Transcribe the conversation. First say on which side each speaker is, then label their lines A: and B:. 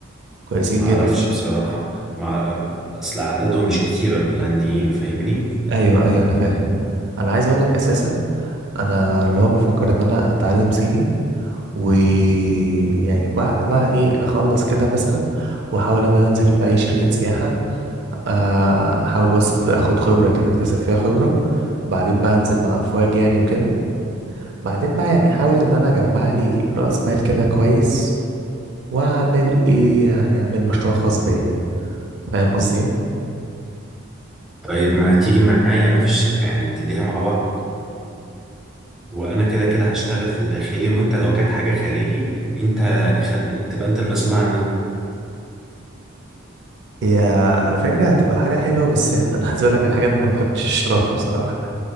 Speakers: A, on the right; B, in the centre.
A: كويسين
B: ما
A: جدا
B: اعرفش بصراحه مع اصل عددهم مش كتير الهولنديين فاهمني
A: ايوه ايوه انا فاهم انا عايز اقول لك اساسا انا اللي هو بفكر ان انا اتعلم صيني ويعني بعد بقى ايه اخلص كده مثلا واحاول ان انا انزل في اي شركة سياحة آه، احاول بس أد- اخد خبرة كده اكتسب فيها خبرة بعدين بقى انزل مع افواج يعني وكده بعدين بقى يعني احاول ان انا اجمع لي رأس مال كده كويس واعمل ايه يعني اعمل مشروع خاص بيا فاهم قصدي ايه
B: طيب ما تيجي معايا انا في الشركة يعني ابتديها مع بعض وانا كده كده هشتغل في الداخلي وانت لو جات حاجة خارجي انت خل... تبقى انت المسؤول عنها
A: هي على فكرة هتبقى حاجة حلوة بس يعني انا عايز اقول لك على حاجة إن انا ما بحبش الشراكة بصراحة